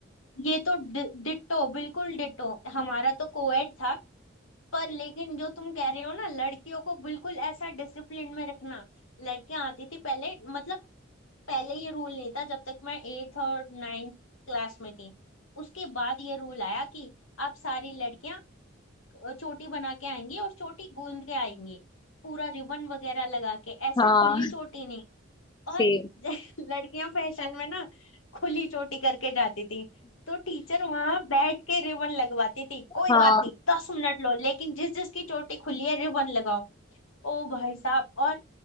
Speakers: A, on the left; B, on the left.
A: ये तो डि, डिट्टो बिल्कुल डिट्टो हमारा तो कोएड था पर लेकिन जो तुम कह रहे हो ना लड़कियों को बिल्कुल ऐसा डिसिप्लिन में रखना लड़कियां आती थी पहले मतलब पहले ये रूल नहीं था जब तक मैं एट्थ और नाइन्थ क्लास में थी उसके बाद ये रूल आया कि अब सारी लड़कियां चोटी बना के आएंगी और चोटी गूंद के आएंगी पूरा रिबन वगैरह लगा के ऐसा
B: हाँ
A: खुली चोटी नहीं और
B: सेम
A: <laughs> लड़कियां फैशन में ना खुली चोटी करके जाती थी तो टीचर वहां बैठ के रिबन लगवाती थी कोई
B: हाँ
A: बात नहीं दस मिनट लो लेकिन जिस जिसकी चोटी खुली है रिबन लगाओ ओ भाई साहब और